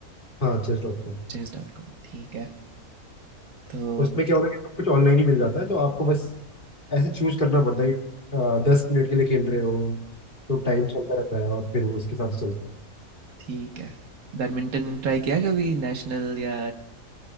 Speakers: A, on the left; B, on the right.
A: हाँ जस्ट डॉट कॉम
B: Chess dot com ठीक है तो
A: उसमें क्या होता है कि सब कुछ ऑनलाइन ही मिल जाता है तो आपको बस ऐसे चूज करना पड़ता है कि आ, दस मिनट के लिए खेल रहे हो तो टाइम चलता रहता है और फिर वो उसके हिसाब से चलता है
B: ठीक है बैडमिंटन ट्राई किया कभी नेशनल या